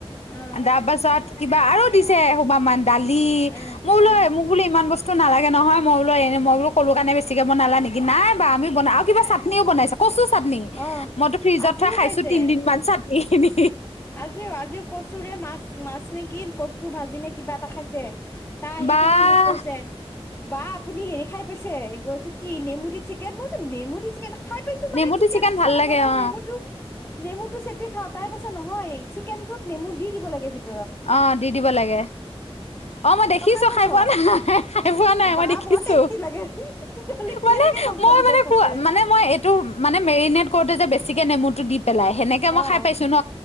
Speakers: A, on the left (about 20°); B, on the left (about 85°).
A: আহ
B: তা পাছত কিবা আৰু দিছে বা মান দালি
A: আহ
B: মই বোলো
A: আহ
B: মোক বোলো ইমান বস্তু তো নালাগে নহয় মই বোলো এনে মই বোলো কলো কাণে বেছিকে বনালা নিকি নাই বা আমি বনা আৰু কিবা চাটনিও বনাইছে কচো চাটনি
A: অহ
B: মইতো ফ্ৰিজত
A: আজিও
B: থোৱা খাইছো
A: খাইছে
B: তিন দিন মান চাটনি খিনি।
A: আজিও আজিও কচুৰে মাছ। মাছ নে কি কচু ভাজি নে কিবা এটা খাইছে, আহি
B: বা
A: কিনে মোক কৈছে। বা আপুনি হেৰি খাই পাইছে এই কি নেমু চিকেন মই কৈছোঁ নেমু চিকেন। খাই পাইছো
B: নেমুটো
A: মানে চেন
B: চিকেন
A: এক্সট্ৰাকে
B: ভাল লাগে
A: বনাও
B: অ
A: নেমুটো। নেমুটো চেপ খাওঁ তাই কৈছে। নহয় চিকেনটোত নেমু দি দিব লাগে ভিত।
B: অ', দি দিব লাগে অ', মই দেখিছো
A: তই পাইছ
B: খাই পোৱা নাই খাই পোৱা নাই
A: বা
B: মই দেখিছো
A: বৰ টেষ্টি লাগে তেতিয়াহ'লে কেনেকে
B: মানে
A: গম
B: মই
A: পালি
B: মানে
A: দে সোতে
B: মানে মই এইটো মানে মেৰিনেট কৰোতে যে বেছিকে নেমু দি পেলাই সেনেকে মই
A: অ
B: খাই পাইছো ন